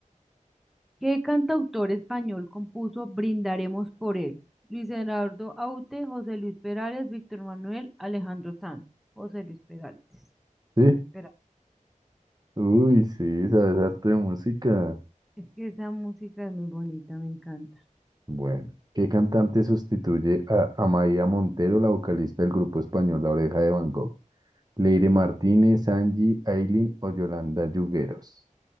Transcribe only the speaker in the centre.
¿Qué cantautor español compuso Brindaremos por él? Luis Gerardo Aute, José Luis Perales, Víctor Manuel, Alejandro Sanz. José Luis Peraltes.
Peralta,
sí.
Es que esa música es muy bonita, me encanta.